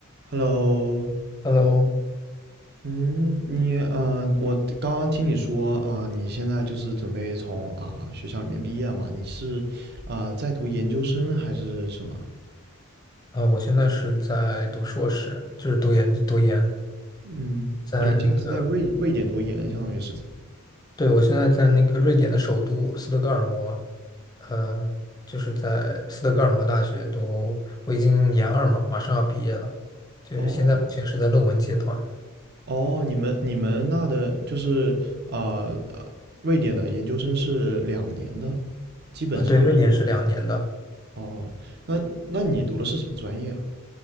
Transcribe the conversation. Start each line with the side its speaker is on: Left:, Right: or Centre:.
Right: Hello，
Left: Hello，
Right: 嗯，你呃，我刚刚听你说啊、你现在就是准备从啊、学校里面毕业嘛？你是啊、在读研究生还是什么？
Left: 啊、我现在是在读硕士，就是读研读研，
Right: 嗯，
Left: 在那个，
Right: 哦，你现在是在瑞瑞典读研，相当于是
Left: 对，我现在在那个瑞典的首都斯德哥尔摩，呃，就是在斯德哥尔摩大学读，我已经研二嘛，马上要毕业了，就是现在目前是在论文阶段，
Right: 哦哦，你们你们那的就是啊、呃瑞典的研究生是两年的，基本上
Left: 啊、对，瑞典是两年的，
Right: 哦。那那你读的是什么专业啊？